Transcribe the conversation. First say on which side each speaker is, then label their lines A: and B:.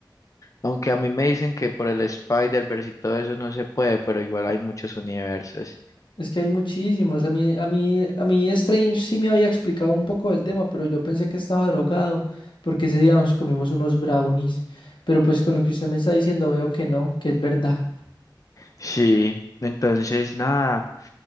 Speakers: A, on the left (about 45°); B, on the left (about 90°).
A: Aunque a mí me dicen que por el Spider-Verse y todo eso no se puede, pero igual hay muchos universos.
B: Es que hay muchísimos. A mí, a mí, a mí Strange sí me había explicado un poco del tema, pero yo pensé que estaba drogado, porque ese día nos comimos unos brownies. Pero pues con lo que usted me está diciendo veo que no, que es verdad.
A: Sí, entonces nada,